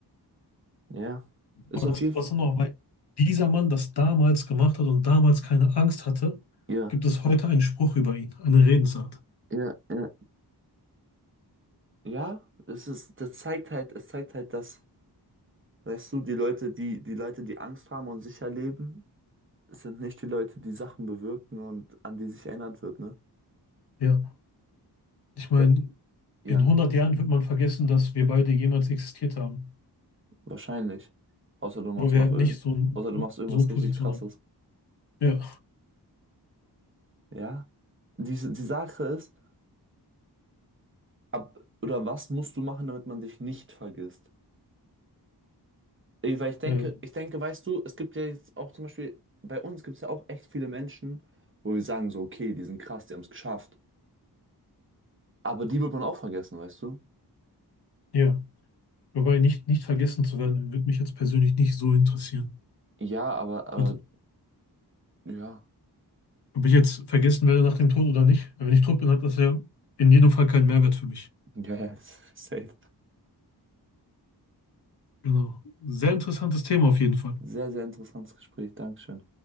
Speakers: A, on the right; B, on the left.
A: Ja, ist
B: Aber
A: auf
B: das,
A: jeden
B: das
A: Fall,
B: dann auch, weil dieser Mann das damals gemacht hat und damals keine Angst hatte,
A: ja,
B: gibt es heute einen Spruch über ihn, eine Redensart.
A: ja, ja, ja, es ist, das zeigt halt, es zeigt halt, dass, weißt du, die Leute, die, die Leute, die Angst haben und sicher leben, sind nicht die Leute, die Sachen bewirken und an die sich erinnert wird, ne?
B: Ja, ich
A: Da,
B: meine,
A: ja,
B: in hundert Jahren wird man vergessen, dass wir beide jemals existiert haben.
A: wahrscheinlich. Außer du machst
B: Weil wir
A: noch
B: halt
A: irgend,
B: nicht so, ein-
A: außer du
B: so
A: machst irgendwas
B: so eine Position
A: richtig Krasses.
B: haben. Ja,
A: Ja? Die, die Sache ist, ab, oder was musst du machen, damit man dich nicht vergisst? Ey, Weil ich denke,
B: äh,
A: ich denke, weißt du, es gibt ja jetzt auch zum Beispiel, bei uns gibt es ja auch echt viele Menschen, wo wir sagen so, okay, die sind krass, die haben es geschafft. Aber die wird man auch vergessen, weißt du?
B: ja. Wobei nicht, nicht vergessen zu werden, würde mich jetzt persönlich nicht so interessieren.
A: Ja, aber, aber
B: Also,
A: ja,
B: ob ich jetzt vergessen werde nach dem Tod oder nicht, wenn ich tot bin, hat das ja in jedem Fall keinen Mehrwert für mich.
A: ja, ja, <laughs> safe.
B: Genau. Sehr interessantes Thema auf jeden Fall.
A: Sehr, sehr interessantes Gespräch, Dankeschön.